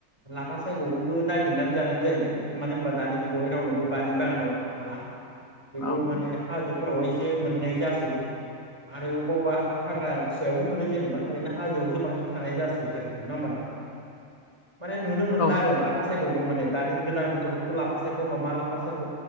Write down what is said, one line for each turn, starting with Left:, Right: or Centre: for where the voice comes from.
Right: लाफा सायगखौबो ननायागिरनानै जानायानो जाहैबाय मानो होनबा दानि जुगावहाय रावनावबो बारि बागानाव थाला। बेखौ
Left: औ
Right: माने
Left: नंगौ
Right: हाजोफोरावहाय मोननाय जासै आरो वावबा वावबा हाग्रा फिसायावबो मोनो जेनेबा ओरैनो हाजोआवसो बांसिन थानाय जासै आरो नोंङा ओमबा नोथां। माने नुनो मोनला
Left: औ
Right: आरो लाफा सा सायखो माने दानि गोदान गथफ्राथ लाफा सायख होनबा मा लाफा सायख